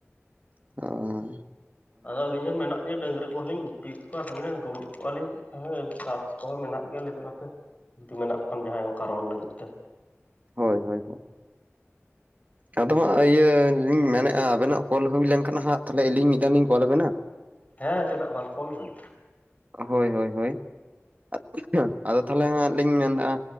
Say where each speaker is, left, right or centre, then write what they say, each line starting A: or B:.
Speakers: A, on the right; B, on the left.
A: <inaudible> ᱦᱩᱸ
B: ᱟ ᱟᱹᱞᱤᱧ ᱦᱚᱸ ᱢᱮᱱᱟᱜ ᱞᱤᱧᱟ ᱰᱟᱹᱝᱨᱤ ᱠᱚᱦᱚᱸ ᱞᱤᱧ ᱜᱩᱯᱤᱭᱮᱫ ᱠᱚᱣᱟ ᱛᱟᱦᱚᱞᱮ ᱫᱩᱲᱩᱵ ᱠᱚᱜ ᱟᱞᱤᱧ ᱪᱤ ᱦᱮᱸ ᱴᱟᱥᱠ ᱠᱚᱦᱚᱸ ᱢᱮᱱᱟᱜ ᱜᱮᱭᱟ ᱞᱮᱹᱭ ᱫᱟᱹᱧ ᱦᱟᱯᱮ ᱡᱩᱫᱤ ᱢᱮᱱᱟᱜ ᱠᱚ ᱠᱷᱟᱱ ᱡᱟᱦᱟᱸᱭ ᱚᱱᱠᱟ ᱨᱚᱲ ᱞᱟᱹᱜᱤᱫ ᱛᱮ,
A: ᱦᱳᱭ ᱦᱳᱭ ᱦᱳᱭ ᱟᱫᱚ ᱦᱟᱸᱜ ᱤᱭᱟᱹ ᱟᱞᱤᱧ ᱢᱮᱱᱮᱫᱼᱟ ᱟᱵᱮᱱᱟᱜ ᱠᱚᱞ ᱦᱩᱭ ᱞᱮᱱᱠᱷᱟᱱ ᱦᱟᱸᱜ ᱛᱟᱦᱚᱞᱮ ᱟᱹᱞᱤᱧ ᱢᱤᱫ ᱫᱷᱟᱣ ᱞᱤᱧ ᱠᱚᱞ ᱟᱵᱮᱱᱟ,
B: ᱦᱮᱸ ᱪᱮᱫᱟᱜ ᱵᱟᱝ ᱠᱚᱞ ᱵᱤᱱ᱾
A: ᱦᱳᱭ ᱦᱳᱭ ᱦᱳᱭ <unintelligible> ᱟᱫᱚ ᱛᱟᱦᱚᱞᱮ ᱦᱟᱸᱜ ᱞᱤᱧ ᱢᱮᱱ ᱱᱟᱜᱼᱟ